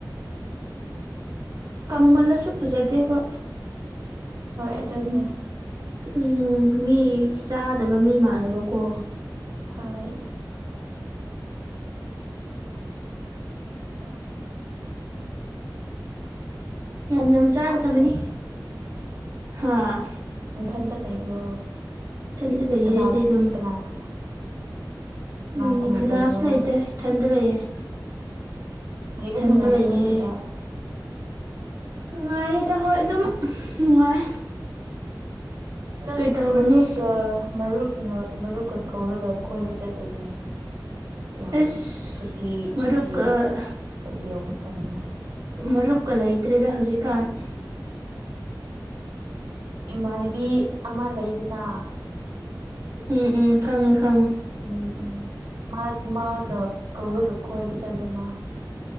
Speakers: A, on the right (about 70°); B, on the right (about 50°).
A: <inaudible>
B: ꯀꯃꯜ ꯂꯁꯨ ꯐꯖꯗꯦꯕ
A: ꯐ ꯑꯗꯨꯅꯦ
B: ꯎꯝ ꯃꯤ ꯆꯥꯗꯕ ꯃꯤ ꯃꯥꯥꯟꯂꯕꯀꯣ
A: ꯍꯥꯏ ꯑ
B: ꯌꯥꯝ ꯌꯥꯝ ꯆꯥꯗꯕꯅꯤ ꯍꯥꯥ
A: ꯏꯟꯊꯟꯇ ꯂꯩꯕ꯭ꯔꯣ
B: ꯏꯊꯟꯗ ꯂꯩꯌꯦ
A: ꯀꯅꯥ
B: ꯑꯩꯗꯤ ꯑꯗꯨꯝ
A: ꯀꯅꯥ ꯀꯅꯥ ꯀꯅꯥ
B: ꯎꯝ
A: ꯀꯅꯥ
B: ꯑꯗꯨꯅꯁꯨ
A: ꯂꯩꯕ꯭ꯔꯣ
B: ꯂꯩꯗ ꯊꯗ ꯂꯩꯌꯦꯦ
A: ꯂꯩꯕ
B: ꯊꯟꯗ
A: ꯅꯨꯡꯉꯥꯏꯕ꯭ꯔꯣ
B: ꯂꯩꯌꯦ
A: ꯑꯗꯨꯗ
B: ꯅꯨꯡꯉꯥꯏꯌꯦꯗ ꯍꯣꯏ ꯑꯗꯨꯝ ꯅꯨꯡꯉꯥꯏ
A: ꯅꯪ
B: ꯀꯩ ꯇꯧꯔꯨꯅꯤ
A: ꯃꯔꯨꯞꯒ ꯃꯔꯨꯞ ꯅ ꯃꯔꯨꯞꯀ ꯀꯧꯔꯒ ꯀꯣꯏꯕ ꯆꯠꯂꯅꯤ ꯌꯥꯝ
B: ꯑꯁ
A: ꯁꯨꯇꯤ
B: ꯃꯔꯨꯞꯀ
A: ꯁꯨꯇꯤ ꯌꯧꯕ ꯐꯅ
B: ꯃꯔꯨꯞꯀ ꯂꯩꯇ꯭ꯔꯦꯗ ꯍꯧꯖꯤꯛꯀꯥꯟ
A: ꯏꯃꯥꯟꯅꯕꯤ ꯑꯃ ꯂꯩꯗꯨꯅ
B: ꯎꯝ ꯎꯝ ꯈꯉꯦ ꯈꯪꯉ
A: ꯎꯝ ꯎꯝ ꯃꯥ ꯃꯥꯒ ꯀꯧꯔꯒ ꯀꯣꯏꯕ ꯆꯗꯨꯅ